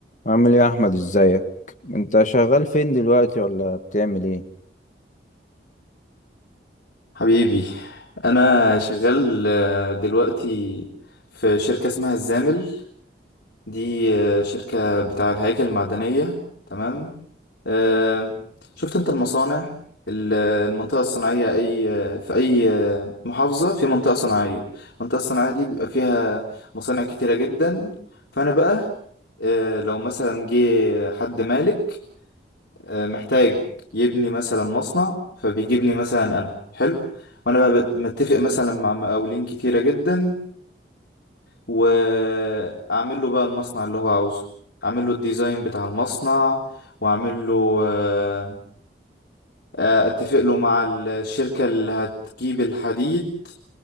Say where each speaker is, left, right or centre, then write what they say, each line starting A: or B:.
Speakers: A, on the left; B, on the left.
A: عامل ايه يا احمد ازيك انت شغال فين دلوقتي ولا بتعمل ايه
B: حبيبي انا شغال آه، دلوقتي في شركة اسمها الزامل دي آه، شركة بتاع الهياكل المعدنية تمام آه، شفت انت المصانع ال- المنطقة الصناعية اي آه، في اي آه، محافظة في منطقة صناعية المنطقة الصناعية دي بيبقى فيها مصانع كتيرة جدا فانا بقى آه، لو مثلا جه حد مالك آه، محتاج يبني مثلا مصنع فبيجيبني مثلا انا حلو وانا بقى بت- متفق مثلا مع مقاولين كتيرة جدا واعمل له بقى المصنع اللي هو عاوزه اعمل له الديزاين بتاع المصنع واعمل له آه، آه، اتفق له مع الشركة اللي هتجيب الحديد